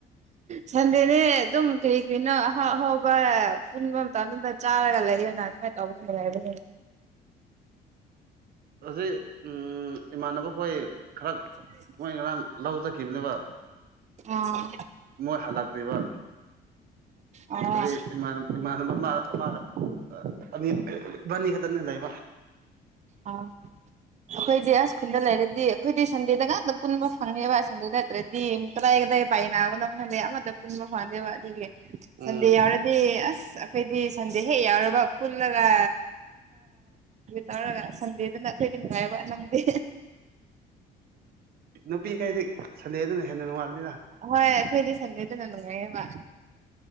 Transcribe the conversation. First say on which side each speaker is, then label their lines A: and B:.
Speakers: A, on the right; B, on the right.
A: ꯁꯟꯗꯦꯅꯦ ꯑꯗꯨꯝ ꯀꯩ ꯀꯅꯣ ꯑꯍꯥꯎ ꯑꯍꯥꯎꯕ ꯄꯨꯟꯕ ꯃꯇꯝꯗ ꯆꯥꯔꯒ ꯂꯩ ꯑꯣꯏꯅꯅꯥ ꯃ ꯇꯧꯅꯨꯡꯉꯕ
B: ꯍꯧꯖꯤꯛ ꯎꯝ ꯏꯃꯥꯟꯅꯕ ꯍꯣꯏ ꯈꯔ
A: <inaudible>
B: ꯃꯣꯏ ꯉꯔꯥꯡ ꯂꯧꯖꯈꯤꯕꯅꯦꯕ
A: ꯑꯥ
B: ꯃꯣꯏ ꯍꯜꯂꯛꯇ꯭ꯔꯤꯕ
A: ꯑꯥ
B: ꯑꯗꯩ ꯏꯃꯥꯟꯅꯕ ꯑꯃ ꯑꯃ ꯑ ꯅꯤ ꯈꯗꯅꯤ ꯂꯩꯕ
A: ꯑꯥ ꯑꯩꯈꯣꯏꯗꯤ ꯑꯁ ꯈꯨꯨꯜꯗ ꯂꯩꯔꯗꯤ ꯑꯩꯈꯣꯏꯗꯤ ꯁꯟꯗꯦꯗꯒ ꯄꯨꯟꯕ ꯐꯪꯉꯦꯕꯁꯗꯗꯠꯇ꯭ꯔꯦꯗꯤ ꯀꯗꯥꯗ ꯄꯥꯏ ꯅꯅꯥ ꯅ ꯈꯋꯥꯗꯦ ꯌꯥꯝ ꯃꯗ ꯄꯨꯃ ꯈꯋꯥꯗꯦꯕ ꯑꯗꯨꯦ
B: ꯎꯝ
A: ꯁꯟꯗꯦ ꯌꯥꯎꯔꯗꯤ ꯑꯁ ꯑꯩꯈꯣꯏꯗꯤ ꯁꯟꯗꯦ ꯍꯦꯛ ꯌꯥꯎꯔꯕ ꯄꯨꯜꯂꯒ ꯇꯧꯔꯒ ꯁꯟꯗꯦꯗꯅꯈꯇꯩꯗꯤ ꯅꯨꯡꯉꯥꯏꯕ ꯅꯪꯗꯦ
B: ꯅꯨꯄꯤꯈꯩꯗꯤ ꯁꯟꯗꯦꯗꯨꯅ ꯍꯦꯟꯅ ꯅꯨꯡꯉꯥꯏꯕꯅꯤꯅ
A: ꯍꯣꯏ ꯑꯩꯈꯣꯏꯗꯤ ꯁꯟꯗꯦꯗꯅ ꯅꯨꯡꯉꯥꯏꯌꯦꯕ